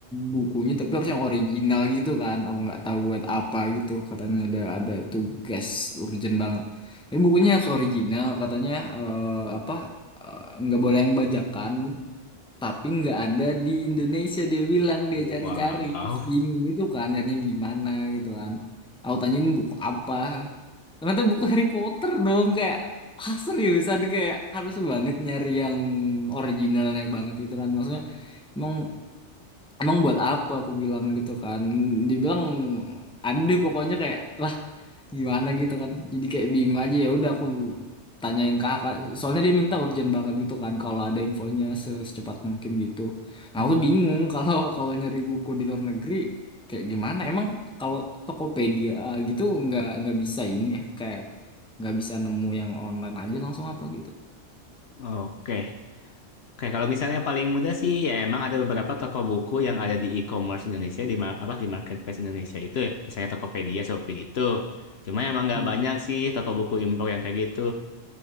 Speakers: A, in the centre; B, on the left.
A: bukunya tapi harus yang original gitu kan. Aku nggak tahu buat apa gitu. Katanya ada ada tugas urgent banget. Tapi bukunya harus original. Katanya eh, apa eh, nggak boleh yang bajakan. Tapi nggak ada di Indonesia dia bilang dia
B: Wow.
A: cari-cari terus bingung gitu kan. Nyarinya gimana gitu kan. Aku tanyain buku apa ternyata buku Harry Potter dong kayak ah seriusan kayak harus banget nyari yang originalnya banget gitu kan maksudnya emang emang buat apa aku bilang gitu kan dibilang ada pokoknya kayak lah gimana gitu kan jadi kayak bingung aja ya udah aku tanyain ke kakak soalnya dia minta urgent banget gitu kan kalau ada infonya se- secepat mungkin gitu nah
B: Hmm,
A: aku tuh bingung <laughs> kalau kalau nyari buku di luar negeri kayak gimana emang kalau Tokopedia eh, gitu nggak nggak bisa ini ya kayak nggak bisa nemu yang online aja langsung apa gitu
B: Oke. Oke, kalau misalnya paling mudah sih, ya emang ada beberapa toko buku yang ada di e-commerce Indonesia, di ma- apa di marketplace Indonesia itu ya, misalnya Tokopedia, Shopee gitu. Cuma emang nggak
A: Hmm.
B: banyak sih toko buku impor yang kayak gitu.